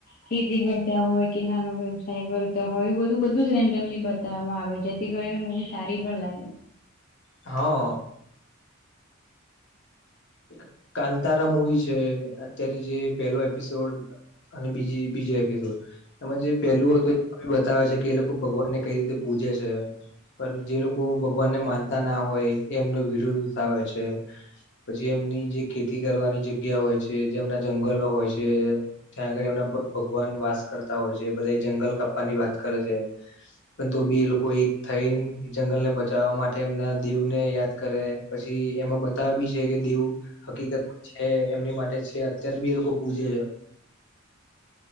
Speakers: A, on the left; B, on the left.
A: ખેતી કરતા હોય કે નાનો વ્યવસાય કરતા હોય એ બધું બધું જ રેન્ડમલી બતાવવામાં આવે છે. એથી કરીને મવી સારી પણ લાગે
B: હા એક કાતારા મુવી છે, અત્યારે જે પેલો એપિસોડ અને બીજી બીજો એપિસોડ એમાં જે પહેલું હતું. બતાવે છે, કે એ લોકો ભગવાન ને કઈ રીતે પૂજે છે. પણ જે લોકો ભગવાનને માનતા ના હોય એમનો વિરોધ થ હોય છે પછી એમની જે ખેતી કરવાની જગ્યા હોય છે જે એમના જંગલો હોય છે ત્યાં આગળ એમના ભગવાન વાસ કરતા હોય છે બધા જંગલ કાપવાની વાત કરે છે પણ તો બી એ લોકો એક થઈને જંગલ ને બચાવવા માટે એમના દેવ ને યાદ કરે પછી એમાં બતાવેી છે કે દેવ હકીકત છે એમની માટે છે અત્યારે બી એ લોકો પૂજે છે